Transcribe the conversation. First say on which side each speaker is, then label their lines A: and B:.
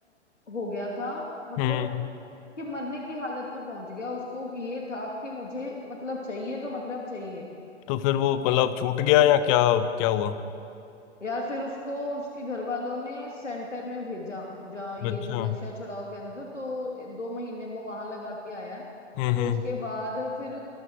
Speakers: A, on the left (about 85°); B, on the left (about 30°).
A: हो गया था मतलब
B: हम्म
A: कि मरने की हालत पे पहुंच गया उसको ये था कि मुझे मतलब चाहिए तो मतलब चाहिए
B: तो फिर वो मतलब छूट गया या क्या क्या हुआ
A: यार फिर उसको उसके घर वालों ने सेंटर में भेजा जहाँ ये
B: अच्छा
A: जो नशा
B: हम्म
A: छुड़ाओ केंद्र तो दो महीने वो वहां लगा के आया
B: हम्म
A: तो उसके बाद फिर